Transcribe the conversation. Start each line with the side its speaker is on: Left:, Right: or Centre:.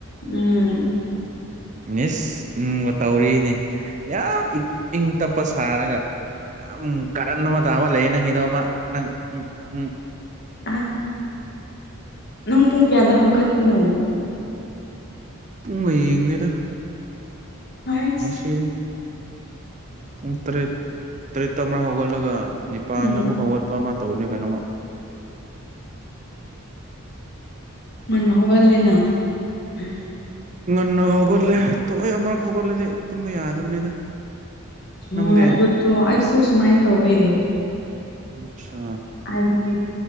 Left: ꯎꯝ
Right: ꯃꯤꯁ ꯎꯝꯒ ꯇꯧꯔꯤꯅꯤ ꯌꯥꯝ ꯏꯪ ꯏꯪ ꯇꯞꯄ ꯁꯥꯔꯒ ꯌꯥꯝ ꯀꯥꯔꯟ ꯑꯃ ꯇꯥꯕ ꯂꯩꯌꯦ ꯅꯪꯒꯤꯗꯣ ꯑꯃ ꯎꯝ ꯎꯝ
Left: ꯑ ꯅꯪ ꯄꯨꯡ ꯀꯌꯥꯗ ꯍꯧꯒꯠꯄꯅꯣ?
Right: ꯄꯨꯡꯒ ꯌꯦꯡꯗꯦꯗ
Left: ꯍꯥꯏꯁ
Right: ꯉꯁꯤ ꯄꯨꯡ ꯇꯔꯦꯠ ꯇꯔꯦꯠꯇ ꯑꯃꯥ ꯍꯧꯒꯠꯂꯒ ꯅꯤꯄꯥꯥꯟ
Left: ꯎꯝ
Right: ꯑꯃꯨꯛ ꯍꯧꯒꯠꯄ ꯑꯃ ꯇꯧꯕꯅꯦ ꯀꯩꯅꯣꯃ
Left: ꯉꯟꯅ ꯍꯧꯒꯠꯂꯦꯅ ꯎꯝ
Right: ꯉꯟꯅ ꯍꯧꯒꯠꯂꯦ ꯇꯣꯑꯦ ꯑꯃꯔꯛ ꯍꯧꯒꯠꯂꯗꯤ ꯇꯨꯝꯕ ꯌꯥꯗꯕꯅꯤꯗ꯫ ꯅꯪꯗꯤ
Left: ꯍꯣꯏ ꯑꯗꯨ ꯇꯣ ꯑꯩꯁꯨ ꯁꯨꯃꯥꯏ ꯇꯧꯋꯦ꯫
Right: ꯑꯆꯥ
Left: ꯍꯥꯏꯕꯗꯤ